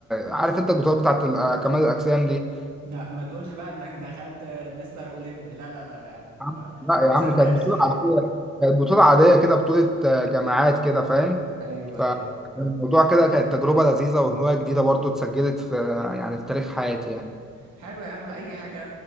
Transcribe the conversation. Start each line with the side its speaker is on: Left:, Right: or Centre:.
Centre: عارف انت البطولة بتاعت ال- آه، كمال الأجسام دي
Right: لا ما تقولش بقى انك دخلت مستر اولمبيا لا لا لا يا عم ما
Centre: عم- لا يا
Right: ما
Centre: عم
Right: صدقش
Centre: كانت بطولة عادية كانت بطولة عادية كده بطولة آه، جامعات كده فاهم
Right: <laughs> ايوه
Centre: فالموضوع
Right: ايوه
Centre: كده كانت تجربة لذيذة وهواية جديدة برضو اتسجلت في يعني في تاريخ حياتي يعني
Right: حلو يا عم اي حاجه